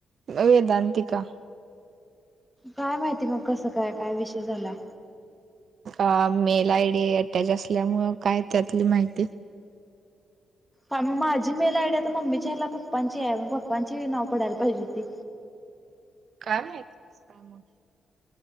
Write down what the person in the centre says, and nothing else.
काय माहिती मग कसं काय काय विषय झाला
ग माझी मेल आयडी आता मम्मीच्या हेला पप्पांची आहे मग पप्पांची नाव पडायला पाहिजे ती